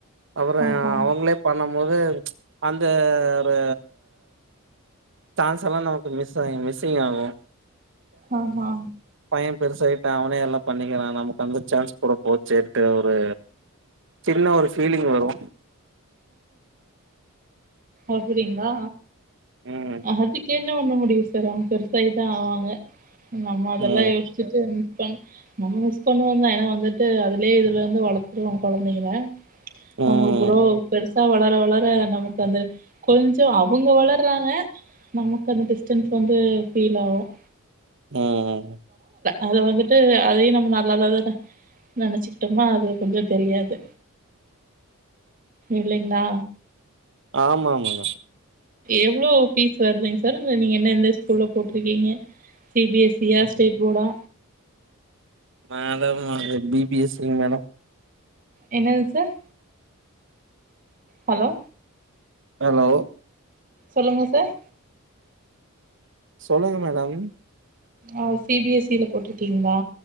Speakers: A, on the right; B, on the right.
A: அப்புற
B: ஆஹா
A: அவுங்களே பண்ண போது அந்த ஒரு சான்ஸ் எல்லா நமக்கு மிஸ் மிஸ்ஸிங் ஆகு
B: ஆஹா
A: பையன் பெருசாயிட்டா அவனே எல்லாம் பண்ணிக்கிற நமக்கு அந்த சான்ஸ் கூற போச்சேட்டு ஒரு சின்ன ஒரு ஃபீலிங் வரு
B: அப்படிங்ளா
A: ம்
B: அதுக்கு என்ன பண்ண முடியு சார் அவுங்களு பெருசாயிதா ஆவாங்க நம்ம அதெல்லாம்
A: ம்
B: யோஸ்சிட்டு ப நம்ம மிஸ் பண்ணுவோம் தான் ஏன்னா வந்துட்டு அதுலயே இதுல வந்து வளர்த்துறோம் குழந்தைங்கல
A: ம்
B: அவங்க ப்றோ வளர வளர நமக்கு அந்த கொஞ்சம் அவங்க வளர்றாங்க நமக்கு அந்த டிஸ்டன்ஸ் வந்து ஃபீல் ஆகும்
A: உம்
B: அதை வந்துட்டு அதையும் நம்ம நல்ல நினைச்சுக்கிட்டோமா அது கொஞ்சம் தெரியாது இல்லங்னா
A: ஆமா ஆமாங்க
B: எவ்ளோ பீஸ் வருதுங் சார் இல்ல நீங்க என்ன எந்த ஸ்கூல்ல போட்டிருக்கீங்க சி பி எஸ் இ ஆ ஸ்டேட் போர்டா
A: அதுமேடம் பிபிஎஸ்ங்க மேடம்
B: என்னது சார் ஹலோ
A: ஹலோ
B: சொல்லுங்க சார்
A: சொல்லுங்க மேடம்
B: ஆஹ சி பி எஸ் இல போட்டிருக்கீங்களா